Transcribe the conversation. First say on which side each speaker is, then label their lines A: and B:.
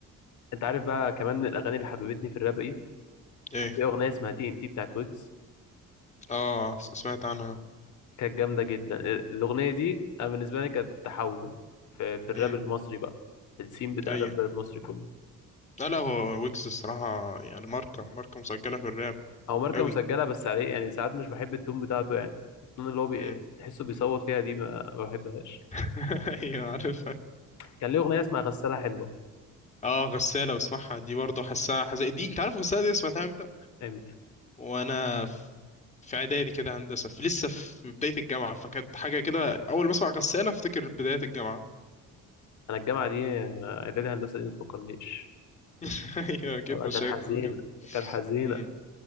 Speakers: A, on the left; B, on the left.
A: انت عارف بقى كمان الاغاني اللي حببتني في الراب ايه
B: ايه
A: كان في اغنيه اسمها تي ان تي بتاعت ويجز
B: اه س- سمعت عنها
A: كانت جامدة جدا الأغنية دي أنا بالنسبة لي كانت تحول في, في الراب
B: امم
A: المصري بقى في السين بتاع
B: ايوه
A: الراب المصري كله
B: لا لا هو ويجز الصراحة يعني ماركة ماركة مسجلة في الراب
A: هو ماركة
B: قوي
A: مسجلة بس عليه يعني ساعات مش بحب التون بتاعته يعني التون اللي هو بي...
B: امم
A: تحسه بيصوت فيها دي ما ما بحبهاش
B: <laughs> ايوه عارفها
A: كان ليه أغنية اسمها غسالة حلوة
B: اه غسالة بسمعها دي برضه حاسها حزق دي انت عارف غسالة دي سمعتها امتى
A: امتى
B: وانا في في اعدادي كده هندسة في لسه في بداية الجامعة فكانت حاجة كده اول ما اسمع غسالة افتكر بداية الجامعة
A: أنا الجامعة دي آه، إعدادي هندسة دي ما تفكرنيش
B: <laughs> ايوه اكيد
A: آه،
B: مشاكل
A: كانت حزينة
B: وكده
A: كانت حزينة
B: امم